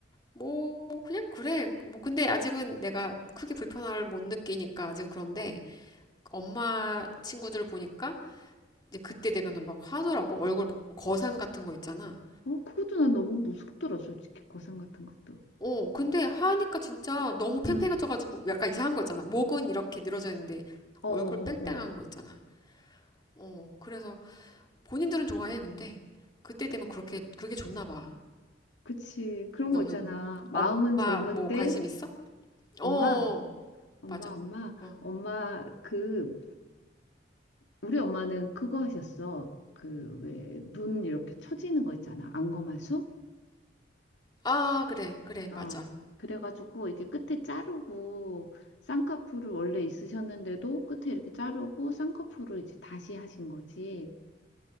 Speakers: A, on the left; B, on the left.
A: 뭐, 그냥 그래. 뭐, 근데 아직은 내가 크게 불편함을 못 느끼니까 아직은 그런데,
B: 어,
A: 엄마 친구들 을 보니까, 이제 그때 되면은 막 하더라고. 얼굴 뭐 거상 같은 거 있잖아.
B: 어. 그것도 난 너무 무섭더라, 솔직히 고상 같은 것도.
A: 어, 근데 하니까 진짜 너무 팽팽해져가지고
B: 응,
A: 약간 이상한 거 있잖아. 목은 이렇게 늘어져 있는데
B: 어,
A: 얼굴 뺑뺑한
B: 어,
A: 거 있잖아. 어, 그래서 본인들은 좋아해, 근데. 그때 되면
B: 어.
A: 그렇게, 그게 좋나 봐.
B: 그치. 그런
A: 너는
B: 거 있잖아. 마음은
A: 엄마
B: 젊은데,
A: 뭐 관심 있어?
B: 엄마,
A: 어,
B: 엄마,
A: 맞아.
B: 엄마,
A: 어.
B: 엄마, 그, 우리 엄마는 그거 하셨어. 그, 왜, 눈 이렇게 처지는 거 있잖아. 안검하수?
A: 아, 그래, 그래,
B: 어.
A: 맞아.
B: 그래가지고, 이렇게 끝에 자르고, 쌍꺼풀을 원래 있으셨는데도 끝에 이렇게 자르고, 쌍꺼풀을 이제 다시 하신 거지.